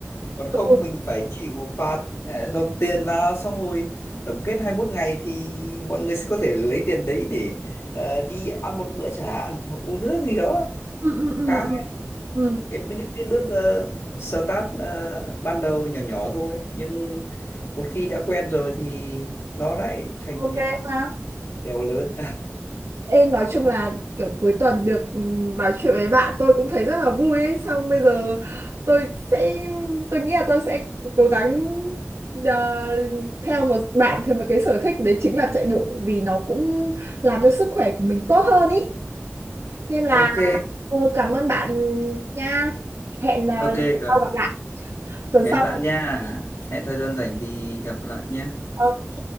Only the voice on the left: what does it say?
còn không
mình phải chịu phạt ờ, nộp tiền vào xong rồi tổng kết 21 ngày thì mọi người sẽ có thể lấy tiền đấy để ờ, đi ăn một bữa chẳng hạn uống nước gì đó
khá
cái những cái bước ờ, start ờ, ban đầu nhỏ nhỏ thôi nhưng một khi đã quen rồi thì nó lại thành
bèo lớn
<laughs>
ok
ok
cả.
Cảm
ơn bạn nha hẹn thời gian rảnh thì gặp lại nha